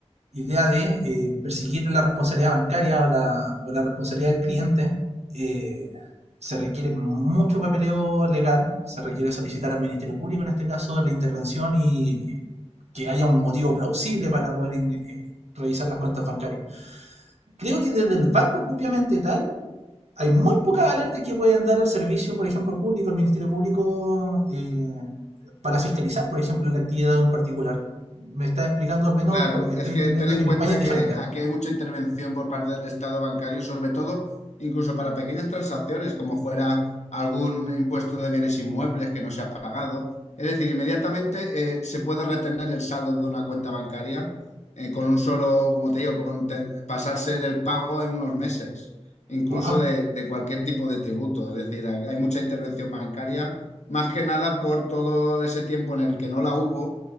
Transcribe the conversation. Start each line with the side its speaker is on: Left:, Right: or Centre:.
Right: idea de eh, perseguir la responsabilidad bancaria o la, o la responsabilidad del cliente, eh, se requiere mucho papeleo legal, se requiere solicitar al Ministerio Público, en este caso, la intervención y que haya un motivo plausible para poder eh, revisar las cuentas bancarias. Creo que desde el banco propiamente tal, hay muy pocas alertas que pueden dar el servicio, por ejemplo, público, el Ministerio Público, eh, para fiscalizar, por ejemplo, la actividad de un particular. Me está explicando, al menos
Left: Claro,
Right: por lo que estoy
Left: es que
Right: entendiendo,
Left: ten en
Right: que en
Left: cuenta
Right: España es diferente.
Left: que aquí hay mucha intervención por parte del Estado bancario, sobre todo incluso para pequeñas transacciones, como fuera algún impuesto de bienes inmuebles que no se ha pagado. Es decir, inmediatamente eh, se puede retener el saldo de una cuenta bancaria eh, con un solo, como te digo, con te- pasarse del pago en unos meses, incluso
Right: ¡Wow!
Left: de, de cualquier tipo de tributo. Es decir, hay hay mucha intervención bancaria, más que nada por todo ese tiempo en el que no la hubo